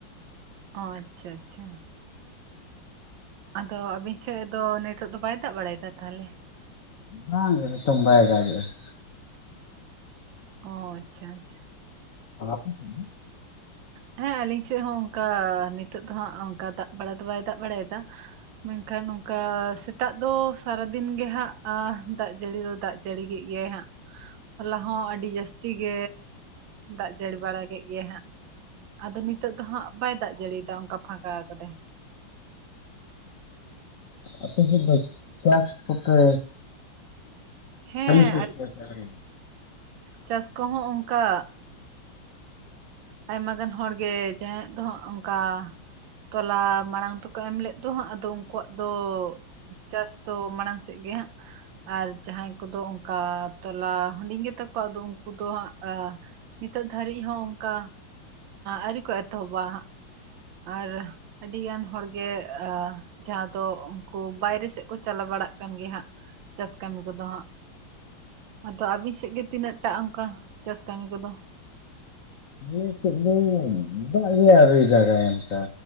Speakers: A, on the right; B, on the left.
A: ᱚᱸ ᱟᱪᱪᱷᱟ ᱟᱪᱪᱷᱟ ᱟᱫᱚ ᱟᱵᱤᱱ ᱥᱮᱫ ᱫᱚ ᱱᱤᱛᱚᱜ ᱫᱚ ᱵᱟᱭ ᱫᱟᱜ ᱵᱟᱲᱟᱭ ᱮᱫᱟ ᱛᱟᱦᱚᱞᱮ?
B: ᱵᱟᱝ ᱜᱮ ᱱᱤᱛᱚᱝ ᱵᱟᱭ ᱫᱟᱜᱮᱜ-ᱟ ᱾
A: ᱚᱸ ᱟᱪᱪᱷᱟ ᱟᱪᱪᱷᱟ
B: <inaudible>
A: ᱦᱮᱸ ᱟᱞᱤᱧ ᱥᱮᱫ ᱦᱚᱸ ᱚᱱᱠᱟ ᱱᱤᱛᱚᱜ ᱫᱚᱦᱟᱸᱜ ᱚᱱᱠᱟ ᱫᱟᱜ ᱵᱟᱲᱟ ᱫᱚ ᱵᱟᱭ ᱫᱟᱜ ᱵᱟᱲᱟᱭᱮᱫᱟ ᱢᱮᱱᱠᱷᱟᱱ ᱱᱚᱝᱠᱟ ᱥᱮᱛᱟᱜ ᱫᱚ ᱥᱟᱨᱟ ᱫᱤᱱ ᱜᱮ ᱦᱟᱸᱜ ᱫᱟᱜ ᱡᱟᱹᱲᱤ ᱫᱚ ᱫᱟᱜ ᱡᱟᱹᱲᱤ ᱠᱮᱫ ᱜᱮᱭᱟ ᱦᱟᱸᱜ ᱦᱚᱞᱟ ᱦᱚᱸ ᱟᱹᱰᱤ ᱡᱟᱹᱥᱛᱤ -ᱛᱤ ᱜᱮ ᱫᱟᱜ ᱡᱟᱹᱲᱤ ᱵᱟᱲᱟ ᱠᱮᱫ ᱜᱮᱭᱟ ᱦᱟᱸᱜ ᱟᱫᱚ ᱱᱤᱛᱚᱜ ᱫᱚ ᱦᱟᱸᱜ ᱵᱟᱭ ᱫᱟᱜ ᱡᱟᱹᱲᱤᱭᱟᱫᱟ ᱚᱱᱠᱟ ᱯᱷᱟᱠᱟ ᱠᱟᱫᱟ
B: ᱟᱯᱮ ᱥᱮᱫ ᱫᱚ ᱪᱟᱥ ᱠᱚᱯᱮ
A: ᱦᱮᱸ
B: ᱠᱟᱹᱢᱤ ᱥᱟᱹᱛ ᱠᱮᱜᱼᱟ ᱥᱮ ᱟᱹᱣᱨᱤ
A: ᱪᱟᱥ ᱠᱚᱦᱚᱸ ᱚᱱᱠᱟ ᱟᱭᱢᱟ ᱜᱟᱱ ᱦᱚᱲ ᱜᱮ ᱡᱟᱦᱟᱸᱭᱟᱜ ᱫᱚ ᱦᱟᱜ ᱚᱱᱠᱟ ᱛᱚᱞᱟ ᱢᱟᱲᱟᱝ ᱛᱮᱠᱚ ᱮᱢ ᱞᱮᱫ ᱫᱚ ᱦᱟᱸᱜ ᱟᱫᱚ ᱩᱱᱠᱩᱣᱟᱜ ᱫᱚ ᱪᱟᱥ ᱛᱚ ᱢᱟᱲᱟᱝ ᱥᱮᱫ ᱜᱮ ᱦᱟᱸᱜ ᱟᱨ ᱡᱟᱦᱟᱸᱭ ᱠᱚᱫᱚ ᱚᱱᱠᱟ ᱛᱚᱞᱟ ᱦᱩᱰᱤᱧ ᱜᱮᱛᱟ ᱠᱚᱣᱟ ᱟᱫᱚ ᱩᱱᱠᱩ ᱫᱚ ᱦᱟᱸᱜ ᱱᱤᱛᱚᱜ ᱫᱷᱟᱹᱨᱤᱡ ᱦᱚᱸ ᱚᱱᱠᱟ ᱟᱣᱹᱨᱤ ᱠᱚ ᱮᱛᱚᱦᱚᱵᱟ ᱦᱟᱸᱜ ᱟᱨ ᱟᱹᱰᱤ ᱜᱟᱱ ᱦᱚᱲᱜᱮ ᱟ ᱡᱟᱦᱟᱸ ᱫᱚ ᱩᱱᱠᱩ ᱵᱟᱭᱨᱮ ᱥᱮᱫ ᱠᱚ ᱪᱟᱞᱟᱣ ᱵᱟᱲᱟᱜ ᱠᱟᱱ ᱜᱮ ᱦᱟᱸᱜ ᱪᱟᱥ ᱠᱟᱹᱢᱤ ᱠᱚᱫᱚ ᱦᱟᱸᱜ ᱟᱫᱚ ᱟᱹᱵᱤᱱ ᱥᱮᱫ ᱜᱮ ᱛᱤᱱᱟᱹᱜᱴᱟᱜ ᱚᱱᱠᱟ ᱪᱟᱥ ᱠᱟᱹᱢᱤ ᱠᱚᱫᱚ
B: ᱟᱞᱮ ᱥᱮᱫ ᱫᱚ ᱫᱟᱜ ᱜᱮ ᱟᱹᱣᱨᱤ ᱫᱟᱜᱟᱭ ᱚᱱᱠᱟ